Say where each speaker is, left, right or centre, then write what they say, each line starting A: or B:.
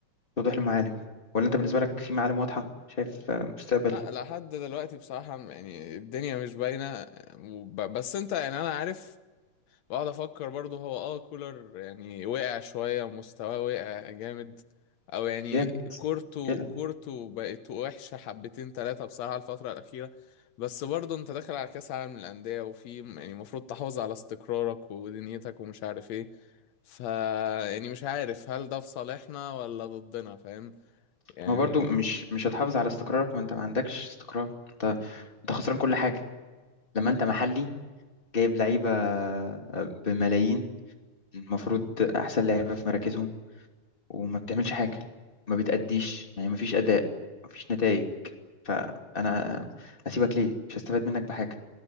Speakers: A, on the left (about 20°); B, on the left (about 70°).
A: وضوح المعالم ولا انت بالنسبة لك في معالم واضحة شايف آه، مستقبل
B: لا لحد دلوقتي بصراحة يعني الدنيا مش باينة وب- بس انت يعني انا عارف واقعد افكر برضه هو اه كولر يعني وقع شويه مستواه وقع جامد او يعني
A: جامد
B: كورته
A: كده
B: كورته بقت وحشه حبتين ثلاثه بصراحه الفتره الاخيره بس برضه انت داخل على كاس عالم للانديه وفي يعني المفروض تحافظ على استقرارك ودنيتك ومش عارف ايه ف يعني مش عارف هل ده في صالحنا ولا ضدنا فاهم يعني
A: ما هو برضو مش مش هتحافظ على استقرارك ما انت ما عندكش استقرار انت انت خسران كل حاجة لما انت محلي جايب لعيبة آه، بملايين المفروض أحسن لعيبة في مراكزهم وما بتعملش حاجة ما بتأديش يعني ما فيش أداء ما فيش نتائج فأنا أسيبك ليه مش هستفاد منك بحاجة